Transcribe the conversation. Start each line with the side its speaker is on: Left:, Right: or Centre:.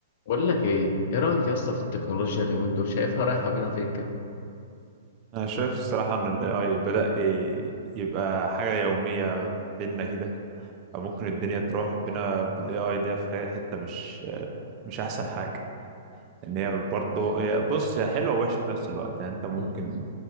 Left: بقول لك ايه ايه رايك يا اسطى في التكنولوجيا اليومين دول شايفها رايحه بينا فين كده
Right: انا شايف الصراحه ان ال AI بدأ ي- يبقى حاجه يوميه بينا كده او ممكن الدنيا تروح بينا بال AI دي في حته مش مش احسن حاجه ان هي برضه هي- بص هي حلوه ووحشه في نفس الوقت يعني انت ممكن
Left: مم.